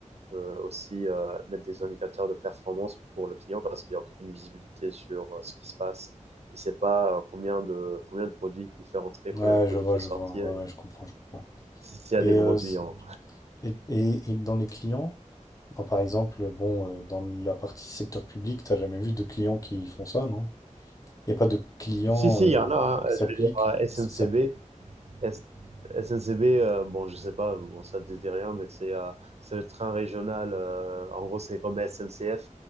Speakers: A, on the right; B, on the left.
A: euh, aussi euh, mettre des indicateurs de performance pour le client parce qu'il y a une visibilité sur euh, ce qui se passe. Il ne sait pas euh, combien de, combien de produits il fait rentrer, combien
B: ouais,
A: de produits
B: je vois,
A: il fait
B: je
A: sortir,
B: vois. Ouais, ouais, je comprends, je comprends.
A: s'il y
B: Et,
A: a des produits
B: euh, s-
A: en.
B: et, et- et dans les clients, enfin, par exemple, bon, euh, dans la partie secteur public, t'as jamais vu de clients qui font ça, non? Il n'y a pas de clients
A: Si, si,
B: euh,
A: il y en a. Hein.
B: qui s'appliquent.
A: Je vais dire SNCB,
B: ça-
A: S- SNCB, euh, bon, je sais pas, bon, ça te dit rien, mais c'est euh, c'est le train régional. euh, en gros, c'est comme SNCF.